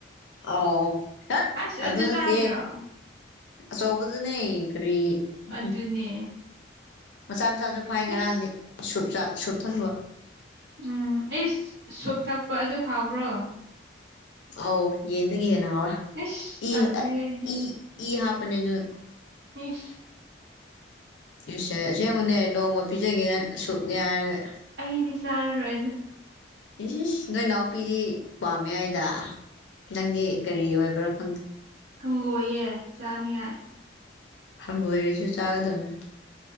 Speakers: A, on the left; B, on the right.
A: ꯑꯧ ꯇꯠ
B: ꯑꯁ
A: ꯑꯗꯨ ꯅꯠꯇꯦ
B: ꯆꯥꯔꯤꯔꯣ
A: ꯑꯆꯧꯕꯗꯨꯅꯦ ꯀꯔꯤ꯫
B: ꯑꯗꯨꯅꯦ
A: ꯎꯝ ꯃꯆꯥ ꯃꯆꯥꯖꯨ ꯐꯥꯏ ꯉꯔꯥꯡꯗꯤ
B: ꯑꯁ
A: ꯁꯨꯞꯆ ꯁꯨꯨꯞ ꯊꯛꯅꯕ꯫
B: ꯎꯝ ꯑꯩꯁ ꯁꯨꯞ ꯊꯛꯄ ꯑꯗꯨ ꯍꯥꯎꯕ꯭ꯔꯣ
A: ꯑꯧ ꯌꯦꯟꯗꯒꯤ ꯍꯦꯟꯅ ꯍꯥꯎꯋꯦ
B: ꯏꯁ
A: ꯏ
B: ꯇꯜꯂꯦ ꯑꯩꯗꯤ
A: ꯏ ꯏꯍꯥꯞꯄꯅꯦ ꯑꯗꯨꯅ꯫
B: ꯑꯩꯁ꯫
A: ꯏꯁꯦ ꯑꯁꯦꯡꯕꯅꯦ ꯅꯣꯡꯃ ꯄꯤꯖꯒꯦ ꯅꯪ ꯁꯨꯞꯅꯦ ꯍꯥꯏꯔꯒ
B: ꯑꯩꯗꯤ ꯆꯥꯔꯔꫭꯏ ꯑꯩꯗꯨ
A: ꯏꯁ ꯏꯁ ꯅꯣꯏ ꯅꯥꯎꯄꯤꯗꯤ ꯄꯥꯝꯃꯦ ꯍꯥꯏꯗ ꯅꯪꯗꯤ ꯀꯔꯤ ꯑꯣꯏꯕ꯭ꯔ ꯈꯪꯗꯦ
B: ꯍꯪꯒꯣꯏꯌꯦ ꯆꯥꯅꯤꯉꯥꯏ
A: ꯍꯪꯒꯣꯏꯔꯁꯨ ꯆꯥꯒꯗꯕꯅꯦ